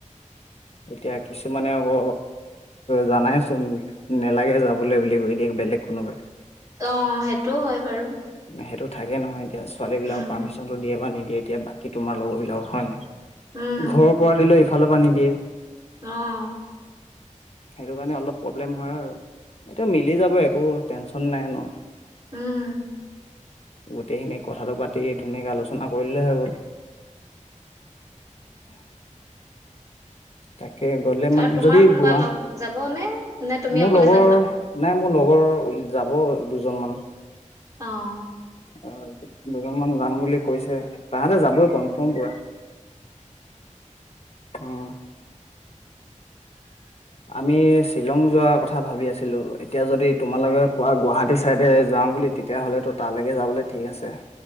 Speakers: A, on the left; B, on the right.
A: এতিয়া কিছুমানে আকৌ, জানাইচোন। নেলাগে যাবলৈ বুলি কৈ দিয়ে বেলেগ কোনোবাই।
B: অ' সেইটোও হয় বাৰু।
A: সেইটো থাকে নহয় এতিয়া, ছোৱালীবিলাক
B: উম
A: পাৰ্মিচনটো দিয়ে বা নিদিয়ে, এতিয়া বাকী তোমাৰ লগৰবিলাকক হয় নহয়।
B: উম
A: ঘৰ পৰা দিলে এইফালৰ পৰা নিদিয়ে।
B: অ'।
A: সেইটো কাৰণে অলপ প্ৰব্লেম হয় আৰু। এইটো মিলি যাব একো টেনচন নাই ন'।
B: উম।
A: গোটেইখিনি কথাটো পাতি ধুনীয়াকে আলোচনা কৰিলেই হৈ গ'ল। তাকে গ'লে মান,
B: আৰু তোমাৰ
A: যদি
B: কোনোবা
A: গোৱা,
B: লগ যাব নে নে তুমি
A: মোৰ
B: অকলে
A: লগৰ
B: যাবা
A: নাই মোৰ লগৰ যাব দুজনমান।
B: অ'।
A: অ' দুজনমান যাম বুলি কৈছে। তাহাঁতে যাবই কনফাৰ্ম
B: উম
A: পুৰা। অ'। আমি শ্বিলং যোৱা কথ থা ভাবি আছিলোঁ, এতিয়া যদি তোমালোকে কোৱা গুৱাহাটী ছাইডে যাওঁ বুলি তেতিয়াহ'লেতো তালৈকে যাবলে ঠিক আছে। <inaudible>